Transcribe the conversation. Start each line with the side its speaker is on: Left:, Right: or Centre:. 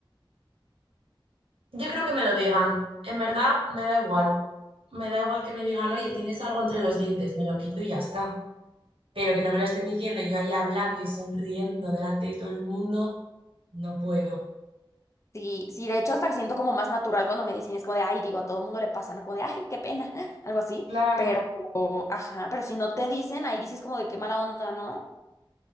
Right: Yo creo que me lo digan. En verdad me da igual. Me da igual que me digan, oye, tienes algo entre los dientes, me lo quito y ya está. Pero que no me lo estén diciendo y yo ahí hablando y sonriendo delante de todo el mundo, no puedo.
Left: Sí, sí, de hecho hasta siento como más natural cuando me dicen, y es como de, ay, digo, a todo el mundo le pasa, ¿no? Como de, ay, qué pena, <laughs> algo así,
Right: Claro.
Left: pero, ajá, pero si no te dicen, ahí dices como de qué mala onda, ¿no?